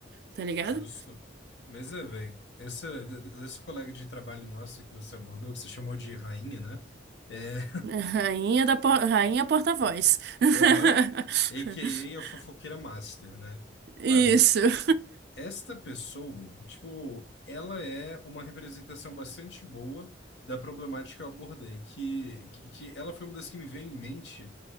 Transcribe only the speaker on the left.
Justo. Mas é, velho, essa, essa colega de trabalho nossa que você abordou, que você chamou de rainha, né? É.
<laughs>
Aham. AKA a a fofoqueira master, né?
Mano,
Esta pessoa, tipo, ela é uma representação bastante boa da problemática que eu abordei, que, que, que ela foi uma das que me veio em mente